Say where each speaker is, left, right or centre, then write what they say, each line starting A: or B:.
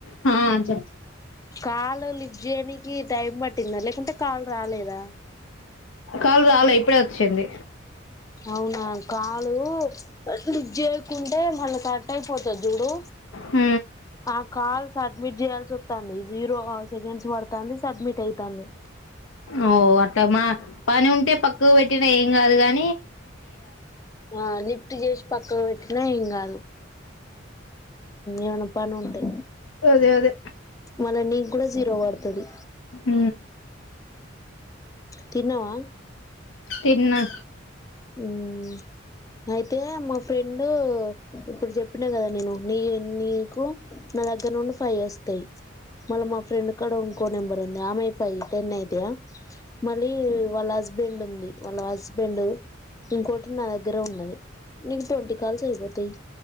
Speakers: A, on the left (about 80°); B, on the left (about 20°).
A: <inaudible> హా చె
B: కాలు లిఫ్ట్ చేయడానికి టైం పట్టిందా లేకుంటే కాలు రాలేదా
A: కాళ రాల ఇప్పుడే వచ్చింది
B: అవునా కాలు మళ్ళ చేయకుంటే మళ్ళీ కట్ అయిపోతుది చూడు
A: హ
B: నా కాల్ సబ్మిట్ చేయాల్సి వస్తుంది జీరో సెకండ్స్ పడుతంది సబ్మిట్ అయితాంది
A: ఓ అ మా పని ఉంటే పక్వ పెట్టినయంగ అదు కానీ
B: ఆ నిలిఫటీ జష్ పక్క ఏ ఇం అదు ఏమన్నా పను ఉంటా
A: అదే అదే
B: మళ నీ కూడా జీరో పడుతుంది
A: హ
B: తిన్నవా
A: తిన్న
B: ఉమ్ అయితే మా ఫ్రెండ్ ఇప్పుడు చెప్పినా కదా నేను నీ నీకు నా దగ్గర నుండి ఫైవ్ ఇ వస్తాయి మన మా ఫ్రెండ్ కడ ఉంట కోనెంరుంది ఆమె ఫైవ్ టెన్ అయితయా మళ్ళీ వాళ్ళ హస్బెండ్ ఉంది వాళ్ళ హ బెండు ఇకో నా దగ్గర ఉన్నది నీకు ట్వంటి కాల్స్ అయిపోతాయి